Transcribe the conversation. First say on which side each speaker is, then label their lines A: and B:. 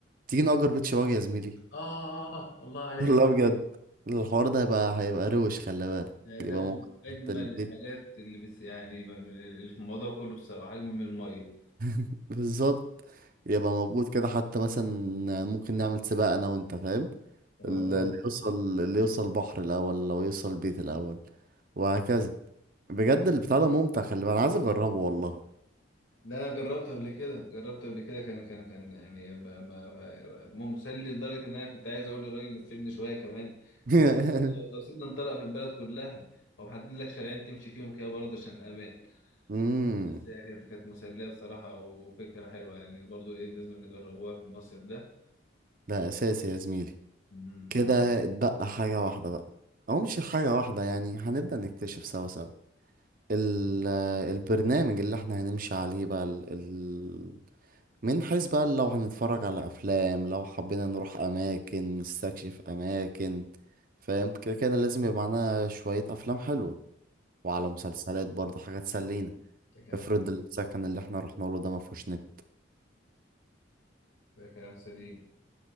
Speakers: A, on the right; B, on the left.
A: تيجي نأجر بيت شواجه يا زميلي
B: آه الله
A: <laughs>
B: عليك
A: والله بجد مم. الحوار ده هيبقى هيبقى روش خلي بالك
B: ده ده
A: يبقى موجود
B: من أجمل
A: تحت البيت
B: الحاجات اللي بس يعني من- اللي في الموضوع كله بصراحة أجمل من المية
A: <laughs> بالظبط يبقى موجود كده حتى مثلا ممكن نعمل سباق أنا وأنت فاهم
B: اه
A: ال- اللي يوصل اللي يوصل بحر الأول لو يوصل بيت الأول وهكذا بجد البتاع ده ممتع خلي بالك انا عايز اجربه والله
B: ده أنا جربت قبل كده جربت قبل كده كان كان كان يعني ما ما ما- مسلي لدرجة إن أنا كنت عايز أقول للراجل نسيبني شوية كمان
A: <laughs>
B: أو أو سيبنا نطلق في البلد كلها أو محدد لك شارعين تمشي فيهم كده برضه عشان الأمان
A: امم
B: بس يعني كانت كانت مسلية بصراحة وفكرة حلوة يعني برضه إيه لازم نجربوها في المصيف ده
A: ده اساسي يا زميلي
B: امم
A: كده اتبقى حاجه واحده بقى او مش حاجه واحده يعني هنبدا نكتشف سوا سوا ال- البرنامج اللي احنا هنمشي عليه بقى ال... ال... من حيث بقى لو هنتفرج على افلام لو حبينا نروح اماكن نستكشف اماكن فاهم كده كده لازم يبقى معانا شويه افلام حلوه وعلى
B: صح
A: مسلسلات برضه حاجات تسلينا
B: ده كلام
A: افرض السكن اللي احنا رحنا له ده ما فيهوش نت
B: ده كلام سليم